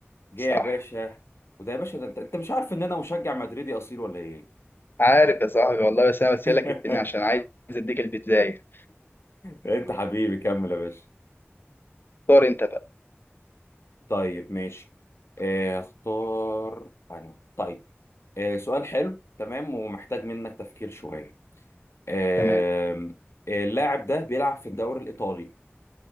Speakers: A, on the left; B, on the left.
A: جه
B: صح
A: يا باشا وده يا باشا ده انت انت مش عارف ان انا مشجع مدريدي اصيل ولا ايه
B: عارف يا صاحبي والله بس انا
A: <laughs>
B: بسالك الدنيا عشان عايز اديك البدايه
A: انت حبيبي كمل يا باشا
B: اختار انت بقى
A: طيب ماشي آه، اختار انا طيب آه، سؤال حلو تمام ومحتاج منك تفكير شوية آم،
B: تمام
A: آه، اللاعب ده بيلعب في الدوري الإيطالي